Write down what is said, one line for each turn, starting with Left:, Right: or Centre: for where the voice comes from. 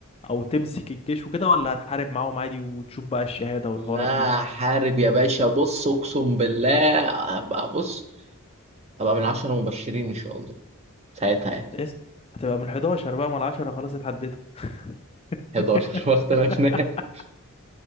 Left: او تمسك الجيش وكده ولا هتحارب معاهم عادي وتشوف بقى الشهادة والحوارات
Right: لا
Left: دي؟
Right: حارب يا باشا بص اقسم بالله هبقى بص هبقى من عشرة مبشرين ان شاء الله ساعتها يعني
Left: قست هتبقى من 11 بقى ما العشرة خلاص اتعدتوا <laughs>
Right: 11 ما اختلفناش <laughs>